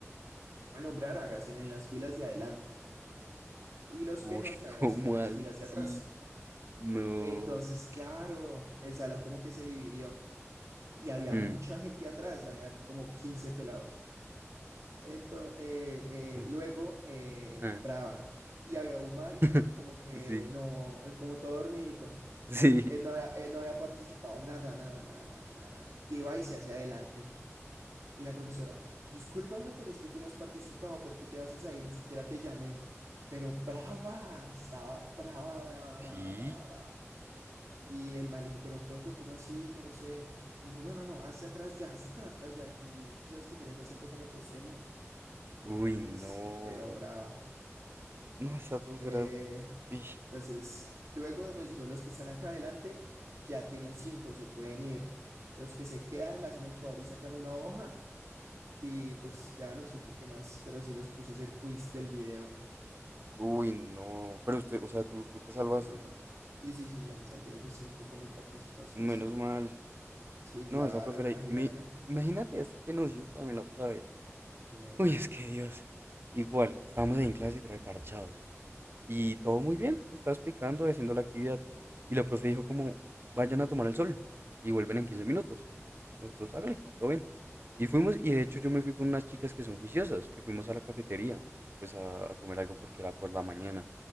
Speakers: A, on the right (about 80°); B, on the right (about 45°).
A: de nombrar, háganse en las filas de adelante y los
B: Uy,
A: que no, se háganse
B: ¿cómo
A: en las
B: así?
A: filas de atrás.
B: No.
A: Entonces, claro, el salón como que se dividió y había
B: Mm,
A: mucha gente atrás, había como 15 pelados. Entonces,
B: mm,
A: luego, eh,
B: ah,
A: Brava, y había un man
B: <laughs>
A: como que
B: Sí,
A: no, eh, como todo dormidito.
B: sí.
A: Él no había, él no había participado, nada, nada, nada, nada, nada, nada. Iba y se hacia adelante. Y la profesora, discúlpame, pero es que tú no has participado, ¿por qué te haces ahí? Ni siquiera te llamé. Pero brava, estaba brava, brava,
B: ¿Sí?
A: brava, brava, brava. Y el mal dijo, pero profe, ¿cómo así? Yo no sé. Me dijo, no, no, no, hacia atrás ya, hazte para atrás ya. Y tú, y tú sabes que tiene ese acento como costeño. Entonces,
B: Uy, no.
A: pero brava.
B: No, esa profesora.
A: Eh,
B: ij,
A: Entonces, luego nos dijo, los que están acá adelante ya tienen cinco, se pueden ir. Los que se quedan, además, en el favor y sacan una hoja y pues ya no supe qué más, pero sí los puse a hacer quiz del video
B: Uy, no. Pero usted, o sea,
A: por
B: tú,
A: no,
B: tú te salvaste.
A: por no participar. Sí, sí, sí, yo me salvé yo cinco con mi participación,
B: Menos
A: cinco.
B: mal.
A: Sí, claro,
B: No, esa profesora.
A: imagínate.
B: Y me, imagínate esa que nos hizo también la otra vez.
A: Dime, dime.
B: Uy, es que Dios. Igual, estábamos ahí en clase trae parchados. Y todo muy bien, estaba explicando, haciendo la actividad. Y la profe dijo como, vayan a tomar el sol y vuelven en 15 minutos. Nosotros, hágale, todo bien. Y fuimos, y de hecho yo me fui con unas chicas que son juiciosas, que fuimos a la cafetería, pues a, a comer algo porque era por la mañana.